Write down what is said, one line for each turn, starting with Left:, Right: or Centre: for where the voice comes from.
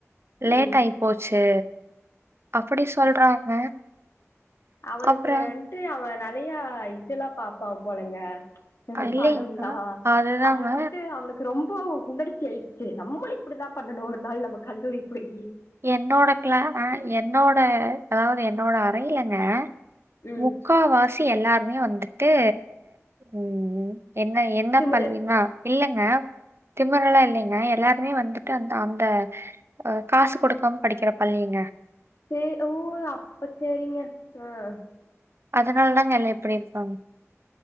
Right: லேட்
Left: ம்
Right: ஆய் போச்சு அப்டி சொல்றாங்க
Left: அவளுக்கு
Right: அப்புறம்
Left: வன்ட்டு அவ நா நறையா இதுதெல்லாப் பாப்பா போலைங்க இந்த
Right: அஹ் இல்லைங்க
Left: படம்லா
Right: அதுதாங்க
Left: அதிரு பத்தி அவ்ளுக்கு ரொம்போ உணர்ச்சி ஆய்ட்ச்சு நம்முளூ இப்டிதா பண்ணணு ஒரு நாள் நம்ம கல்லூரி போய்
Right: என்னோட க்ளா ஆ என்னோட அதாவ்து என்னோட அக் மைலங்க
Left: ம்
Right: முக்கா வாசி எல்லாருமே வந்திட் ட்டு ம் என்ன என்னப்
Left: திமிரு
Right: பள்ளி மா இல்ல ஆ திமுறல்லா இல்லிங்க எல்லாருமே வந்துட்டு அந்த அந்த அ காஸ்ஸுப் குடுக்காம படிக்ற பள்ளீங்க
Left: சேர் ஓ அப்ப சேரிங்க உம்
Right: அதனால் தாங்க எல்லா இப்டி இருக்காங்க